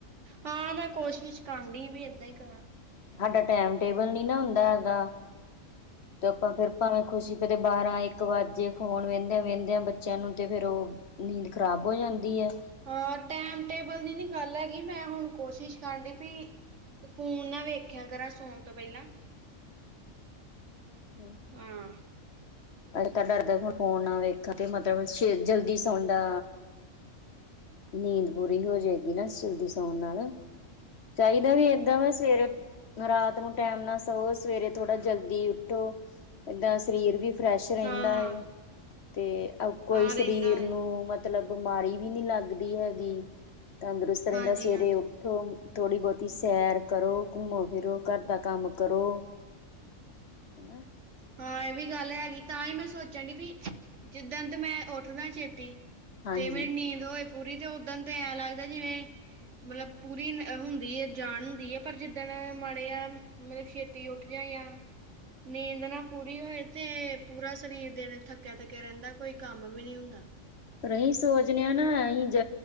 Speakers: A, on the right (about 60°); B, on the left (about 55°).
A: ਹਾਂ, ਮੈਂ ਕੋਸ਼ਿਸ਼ ਕਰਦੀ ਵੀ ਏਦਾਂ ਹੀ ਕਰਾਂ।
B: ਸਾਡਾ ਟਾਈਮ-ਟੇਬਲ ਨੀ ਨਾ ਹੁੰਦਾ ਹੈਗਾ, ਤੇ ਆਪਾਂ ਫਿਰ ਭਾਵੇਂ ਖੁਸ਼ੀ ਪਤੇ ਬਾਰਾਂ ਇੱਕ ਵੱਜੇ ਫੋਨ ਵਹਿੰਦਿਆਂ-ਵਹਿੰਦਿਆਂ ਬੱਚਿਆਂ ਨੂੰ ਤੇ ਫੇਰ ਉਹ ਨੀਂਦ ਖ਼ਰਾਬ ਹੋ ਜਾਂਦੀ ਏ।
A: ਹਾਂ, ਟੈਮ-ਟੇਬਲ ਦੀ ਨੀ ਗੱਲ ਹੈਗੀ। ਮੈਂ ਹੁਣ ਕੋਸ਼ਿਸ਼ ਕਰਦੀ ਪਈ। ਅਤੇ ਫੋਨ ਨਾ ਵੇਖਿਆ ਕਰਾਂ ਸੌਣ ਤੋਂ ਪਹਿਲਾਂ।
B: ਹਮ।
A: ਹਾਂ
B: ਅੱਜ ਤਾਂ ਡਰਦਾ ਹੁਣ ਫੋਨ ਨਾ ਵੇਖਣ ਤੇ ਮਤਲਬ ਜਲਦੀ ਸੌਦਾ। ਨੀਂਦ ਪੂਰੀ ਹੋ ਜਾਏਗੀ ਨਾ ਜਲਦੀ ਸੌਣ ਨਾਲ਼ ਚਾਈਦਾ ਵੀ ਏਦਾਂ ਵ ਸਵੇਰੇ, ਰਾਤ ਨੂੰ ਟੈਮ ਸੋਵੋ ਸਵੇਰੇ ਥੋੜ੍ਹਾ ਜਲਦੀ ਓਠੋ, ਏਦਾਂ ਸਰੀਰ ਵੀ ਫਰੈਸ਼ ਰਹਿੰਦਾ
A: ਹਾਂ
B: ਐ,
A: ਹਾਂ
B: ਤੇ ਓ ਕੋਈ
A: ਹਾਂ
B: ਸਰੀਰ
A: ਰਹਿੰਦਾ
B: ਨੂੰ
A: ਏ।
B: ਮਤ ਮਤਲਬ ਬਿਮਾਰੀ ਵੀ ਨੀ ਲੱਗਦੀ ਹੈਗੀ, ਤੰਦਰੁਸਤ ਰਹਿੰਦਾ
A: ਹਾਂਜੀ-ਹਾਂਜੀ
B: ਸਵੇਰੇ ਉੱਠੋ ਥੋੜ੍ਹੀ ਬਹੁਤੀ ਸੈਰ ਕਰੋ, ਘੁੰਮੋ ਫਿਰੋ, ਘਰ ਦਾ ਕੰਮ ਕਰੋ। ਹਨਾ।
A: ਹਾਂ ਇਹ ਵੀ ਗੱਲ ਹੈਗੀ ਤਾਂ ਹੀ ਮੈਂ ਸੋਚਣ ਡੀ ਵੀ ਜਿੱਦਣ ਤੇ ਮੈਂ ਉੱਠਦਾ ਛੇਤੀ
B: ਹਾਂਜੀ
A: ਤੇ ਮੇਰੀ ਨੀਂਦ ਹੋਏ ਪੂਰੀ ਤੇ ਉੱਦਣ ਤੇ ਐਂ ਲੱਗਦਾ ਜਿਵੇਂ ਮਤਲਬ ਪੂਰੀ ਹੁੰਦੀ ਏ, ਜਾਨ ਹੁੰਦੀ ਏ, ਪਰ ਜਿੱਦਣ ਮਾੜੇ ਆ ਮਤਲਬ ਛੇਤੀ ਉੱਠਦੇ ਜਾਂ, ਨੀਂਦ ਨਾ ਪੂਰੀ ਹੋਏ ਤੇ ਪੂਰਾ ਸਰੀਰ ਦਿਨ ਥੱਕਿਆਂ- ਥੱਕਿਆਂ ਰਹਿੰਦਾ ਕੋਈ ਕੰਮ ਵੀ ਨੀ ਹੁੰਦਾ।
B: ਪਰ ਅਸੀਂ ਸੋਚਦੇ ਹਾਂ ਨਾ ਅਸੀਂ ਜ